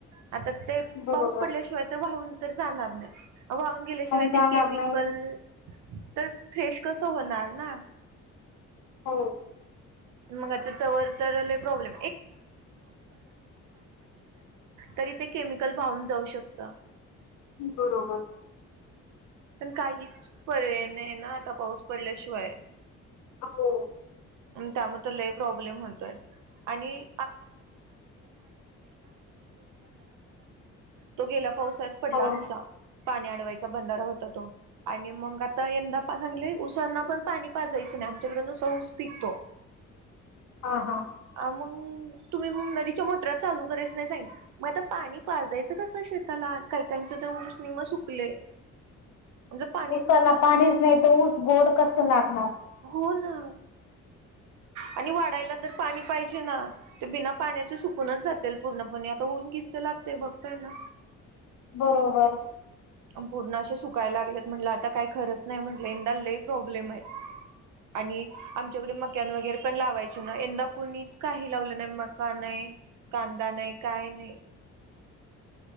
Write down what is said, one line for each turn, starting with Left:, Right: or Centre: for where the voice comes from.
Right: आता ते
Left: बरोबर
Right: पाऊस पडल्या तर जाणार व वाहून गेल्याशिवाय ते
Left: जाणार
Right: केमिकल
Left: नाही
Right: तर फ्रेश कस होणार ना
Left: हा
Right: मग आता त्यावर तर प्रॉब्ले तरी ते केमिकलून वाहून जाऊ शकत
Left: बरोबर.
Right: पण काहीच पर्याय नाही ना आता पाऊस पडल्याशिवाय
Left: हो
Right: त्यामुळे तो लय प्रॉब्लेम होतोय आणि तो गेला पावसाळ्यात पडला
Left: हो
Right: आमचा पाणी अडवायचा बंधारा होता आणि मग आता यंदा सांगले ऊसांना पण पाणी पाजायचं नाही आमच्याकडन उसा ऊस पिकतो
Left: हा हा
Right: अ तुम्ही नदीच्या मोटरा चालू करायच नाही स मग आता पाणी पाायचं कसं शेताला काय का उंच निम्म सुकले जर पाणीच
Left: ऊसाला
Right: नसेल
Left: पाणीच
Right: तर
Left: नाही तर ऊस गोड कसं लागणार
Right: हो ना आणि वाढायला तर पाणी पाहिजे ना ते बिना पाण्याचे सुकूनच जातील पूर्णपणे आता होऊने किस्त लागतेय बघताय ना
Left: बरोबर
Right: पूर्ण असे सुकायला लागलेत म्हटलं आता काही खरच नाही म्हटलं एकंदा ल प्रॉब्लेम आहे आणि आमच्याकडे मकॅन वगैरे पण लावायचे ना यंदा कोणीच काही लावलं नाही मका नाही कांदा नाही काय नाही